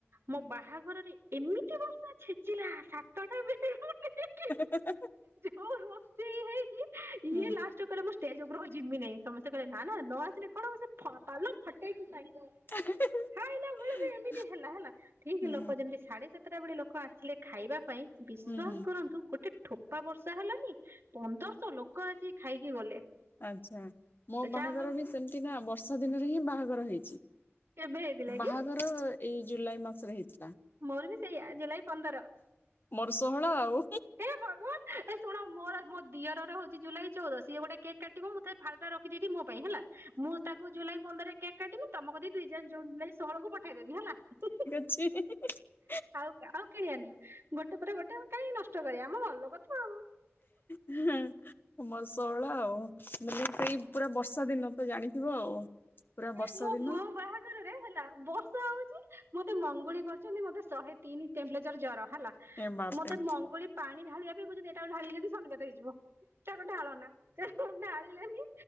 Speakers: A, on the right; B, on the left.
A: ମୋ ବାହାଘରରେ ଏମିତି ବର୍ଷା ଛେଚିଲା, ସାତଟା ବେଳୁ ଯେ
B: <inaudible>
A: ହଉ ରୋଷେଇ ହେଇ
B: ହୁଁ।
A: ଫାଷ୍ଟ ରୁ କହିଲା ମୁଁ ଷ୍ଟେଜ ଉପରକୁ ଯିମିନାଇଁ। ସମସ୍ତେ କହିଲେ ନା ନା ନ ଆସିଲେ କଣ ହେବ, ସେ ପାଲ ଫଟେଇକି <unintelligible>
B: <inaudible>
A: ଖାଇଲା ବେଳକୁ ଏମିତି ହେଲା ହେଲା ଠିକ
B: ହୁଁ
A: ଲୋକ
B: ହୁଁ
A: ଯେମିତି ସାଢେ ସାତଟା ବେଳେ ଲୋକ ଆସିଲେ ଖାଇବା ପାଇଁ ବିଶ୍ଵାସ
B: ହୁଁ
A: କରନ୍ତୁ ଗୋଟେ ଠୋପା ବର୍ଷା ହେଲାନି, ପନ୍ଦରଶହ ଲୋକ ଆସି ଖାଇକି ଗଲେ।
B: ଆଚ୍ଛା ମୋ ବାହାଘର
A: ଯାହା ହଉ
B: ବି ସେମିତି ନା, ବର୍ଷା ଦିନରେ ହିଁ ବାହାଘର ହେଇଚି।
A: କେବେ ହେଇଥିଲା
B: ବାହାଘର
A: କି
B: ଏଇ ଜୁଲାଇ ମାସରେ ହେଇଥିଲା।
A: ମୋର ବି ସେଇଆ, ଜୁଲାଇ ପନ୍ଦର।
B: ମୋର ଷୋହଳ ଆଉ
A: ଏ ଭଗବାନ ଏ ଶୁଣ ମୋର ମୋ ଦିଅର ର ହଉଛି ଜୁଲାଇ ଚଉଦ, ସିଏ ଗୋଟେ କେକ୍ କାଟିବ, ମୁଁ ତାର ଫାଳଟା ରଖିଦେଇଥିବି ମୋ ପାଇଁ ହେଲା। ମୁଁ ତାକୁ ଜୁଲାଇ ପନ୍ଦରରେ କେକ୍ କାଟିମି, ତମ କତିକି ଦୁଇ ହଜାର ଜୁନ ଜୁଲାଇ ଷୋହଳକୁ ପଠେଇଦେବି ହେଲା, ହି ହି ହି।
B: ହି ହି ହି ହି।
A: ଆଉ ଆଉ କିଣିବନି। ଗୋଟେ ପରେ ଗୋଟେ ଆଉ କାଇଁକି ନଷ୍ଟ କରିବା, ଆମ ଲୋକ ତ ଆଉ।
B: ହୁଁ। କୁମ ଷୋହଳ ଆଉ, ମେନେ ସେଇ ପୁରା ବର୍ଷା ଦିନ ତ ଜାଣିଥିବ ଆଉ। ପୁରା
A: ଏ
B: ବର୍ଷା
A: ମୋ
B: ଦିନ
A: ମୋ ବାହାଘରରେ ହେଲା ବ ଷା ହଉଚି, ମତେ ମଙ୍ଗୁଳି କରୁଚନ୍ତି, ମତେ ଶହେ ତିନି ଟେମ୍ପରେଚର ଜର ହେଲା।
B: ଏ ବାପରେ
A: ମତେ ମଙ୍ଗୁଳି ପାଣି ଢାଳିବା ପାଇଁ କୋଉଚନ୍ତି ଏଟାକୁ ଢାଳିବି ଯଦି ସନିପାତ ହେଇଯିବ। ତାକୁ ଢାଳନା ସେଠୁ ଢାଳିଲେନି